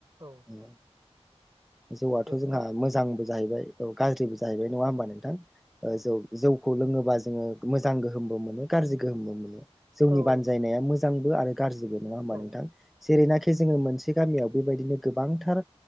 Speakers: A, on the right; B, in the centre.
A: औ
B: । जौआथ
A: दे
B: जोंहा
A: नोंथां
B: मोजांबो जाहैबाय औ गाज्रिबो जाहैबाय नङा होमबा
A: औ
B: नोंथां? जौ जौखौ लोङोबा जोङो मोजां गोहोमबो मोनो। गाज्रि मोनो जोंनि
A: औ
B: बानायनाया
A: औ नोंथां
B: मोजांबो आरो गाज्रिबो नङा
A: औ
B: हा
A: औ
B: नोंथां जेरैनाखि ज मोनसे। गामियाव बेबायदिनो गोबांथार